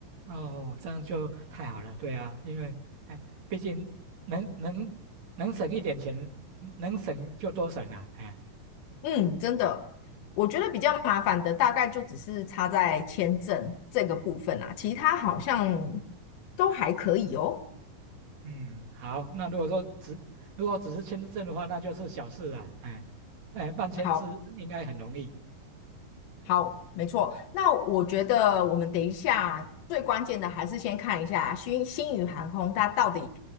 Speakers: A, on the right; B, on the left.
A: 哦，这样就太好了，对啊，因为哎，毕竟能能能省一点钱，能省就多省了，哎，
B: 嗯，真的，我觉得比较麻烦的大概就只是差在签证这个部分啊，其他好像都还可以哦。
A: 嗯，好，那如果说只如果只是签证的话，那就是小事了，哎，哎，办签是应该很容易。
B: 好，好，没错。那我觉得我们等一下最关键的还是先看一下新新宇航空它到底